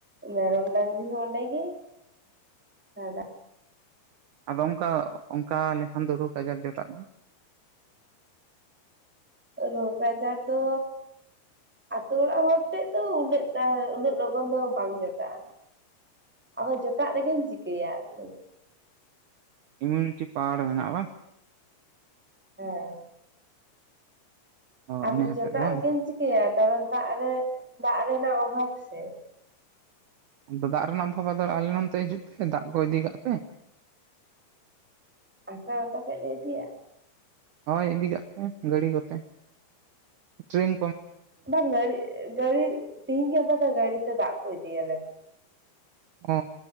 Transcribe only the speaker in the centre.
ᱢᱮᱨᱚᱢ ᱰᱟᱹᱟᱝᱨᱤ ᱦᱚᱸ ᱚᱸᱰᱮᱜᱮ ᱥᱟᱜᱟᱫ
ᱨᱳᱜᱚ ᱟᱡᱟᱨ ᱫᱚ ᱟᱹᱛᱩ ᱚᱲᱟᱜ ᱦᱚᱲ ᱴᱷᱮᱡ ᱫᱚ ᱩᱱᱟᱹᱜ ᱩᱱᱟᱹᱜ ᱞᱚᱜᱚᱱ ᱫᱚ ᱵᱟᱝ ᱡᱚᱴᱟᱜᱼᱟ ᱟᱫᱚ ᱡᱚᱴᱟᱜ ᱨᱮᱜᱮᱢ ᱪᱤᱠᱟᱹᱭᱟ ᱞᱟᱹᱭ ᱢᱮ
ᱦᱮᱸ
ᱟᱨ
ᱡᱚᱴᱚᱣᱟᱜ
ᱨᱮᱜᱮᱢ ᱪᱤᱠᱟᱹᱭᱟ ᱠᱟᱨᱚᱱ ᱫᱟᱜ ᱨᱮ ᱫᱟᱜ ᱨᱮᱱᱟᱜ ᱚᱵᱷᱟᱵ ᱥᱮ
ᱟᱯᱮ ᱟᱹᱛᱩ ᱠᱷᱚᱱ ᱞᱮ ᱤᱫᱤᱭᱟ
ᱵᱟᱝ ᱜᱟᱹᱲᱤ ᱜᱟᱹᱲᱤ ᱛᱮᱦᱤᱧ ᱜᱟᱯᱟ ᱫᱚ ᱜᱟᱹᱲᱤ ᱛᱮ ᱫᱟᱜ ᱠᱚ ᱤᱫᱤ ᱟᱞᱮ ᱠᱟᱱᱟ